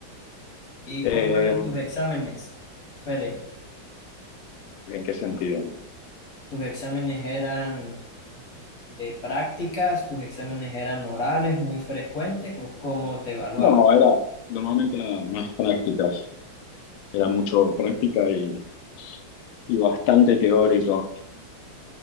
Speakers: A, on the left; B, on the left.
A: ¿Y
B: Eh,
A: cómo eran tus exámenes, Fede?
B: ¿en qué sentido?
A: ¿Tus exámenes eran de prácticas, tus exámenes eran orales muy frecuentes o cómo te evaluaban.
B: No, era, normalmente era más prácticas. Era mucho práctica y, y bastante teórico.